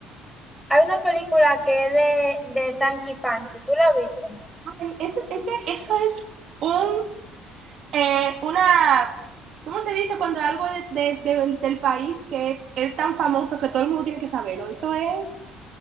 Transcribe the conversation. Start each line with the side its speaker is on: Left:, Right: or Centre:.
Centre: Hay una película que es de, de Sankey Panky, ¿tú la has visto?
Right: Ay, es, es que eso es un, eh, una, ¿cómo se dice cuando algo de- de- de- del país que es, tan famoso que todo el mundo tiene que saberlo? Eso es.